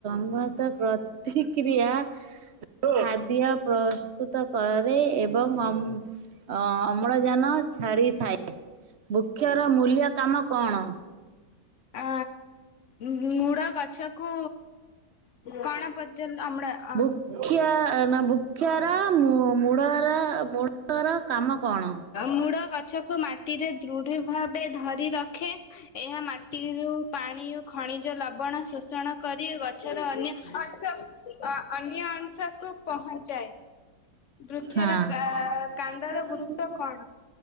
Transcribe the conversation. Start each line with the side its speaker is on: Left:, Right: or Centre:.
Right: ପ୍ରତିକ୍ରିୟା ଖାଦ୍ୟ ପ୍ରସ୍ତୁତ କର ରେ ଏବଂ ଅମ ଅ ଅମ୍ଳଜାନ ଛାଡିଥାଏ। ବୃକ୍ଷର ମୂଲ୍ୟ କାମ କଣ?
Left: ଅ ମୁଡ଼ ଗଛକୁ କଣ ପଚାରିଲ ଅମଡ଼ା
Right: ବୃକ୍ଷ ବୃକ୍ଷର ମୂଳର ମୂଳର କାମ କଣ?
Left: ମୁଡ଼ ଗଛକୁ ମାଟିରେ ଦୃଢେ ଭାବେ ଧରି ରଖେ ଏହା ମା ଇ। ଖଣିଜ ଲବଣ ଶୋଷଣ କରି ଗଛର ଅନ୍ୟ ଅ ଅନ୍ୟ ଅଂଶକୁ ପହଞ୍ଚାଏ। ବୃକ୍ଷର
Right: ହଁ।
Left: କା କାଣ୍ଡର ଗୁରୁତ୍ୱ କଣ?